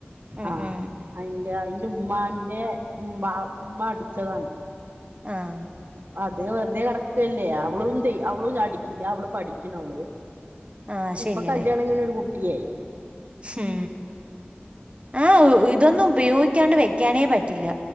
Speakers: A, on the right; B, on the right.
A: ഉം
B: ആഹ്.
A: ഉം
B: അയിന്റ അയിന്റുമ്മാൻ്റെ ഉം ബ ഉമ്മ അടിച്ചതാണ്.
A: ആഹ്.
B: അത് വെർതെ കറക്ടല്ലേ അവളുന്തേ അവളും അടിക്കില്ല അവള് പഠിക്കിണോള്.
A: ആഹ് ശരിയന്നെ
B: ഇപ്പ കല്യാണം കയ്ഞ്ഞൊര് കുട്ടിയായി.
A: ഉം ആഹ് ഇതൊന്നും ഉപയോഗിക്ക്യാണ്ട് വെക്ക്യാനേ പറ്റില്ല.